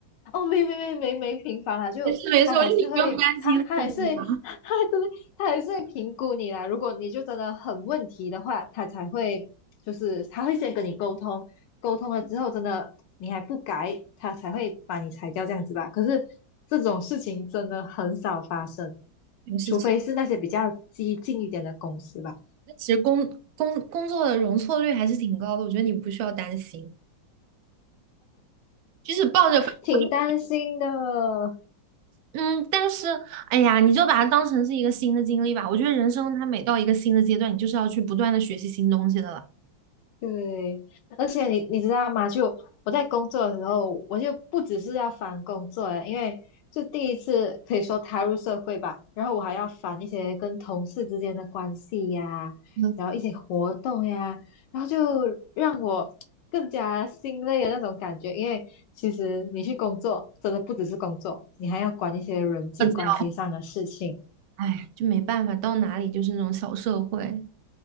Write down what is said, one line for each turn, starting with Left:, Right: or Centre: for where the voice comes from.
Left: 哦，没没没没没频繁啦，就他还是会，
Right: 没事没事，我觉得你不用担心太多吧。
Left: 他他还是会 <laughs>，他对他还是会评估你啦。如果你就真的很问题的话，他才会就是他会先跟你沟通，沟通了之后真的你还不改，他才会把你裁掉这样子吧。可是这种事情真的很少发生，
Right: 没事情，
Left: 除非是那些比较激进一点的公司吧。
Right: 其实工工工作的容错率还是挺高的，我觉得你不需要担心。就是抱着，反正我就
Left: 挺担心的，
Right: 嗯，但是哎呀，你就把它当成是一个新的经历吧。我觉得人生它每到一个新的阶段，你就是要去不断的学习新东西的了。
Left: 对，而且你你知道吗？就我在工作的时候，我就不只是要烦工作诶，因为就第一次可以说踏入社会吧，然后我还要烦一些跟同事之间的关系呀，
Right: 嗯，
Left: 然后一些活动呀，然后就让我更加心累的那种感觉。因为其实你去工作，真的不只是工作，你还要管一些人际关系上的事情。
Right: 社交哎，就没办法，到哪里就是那种小社会。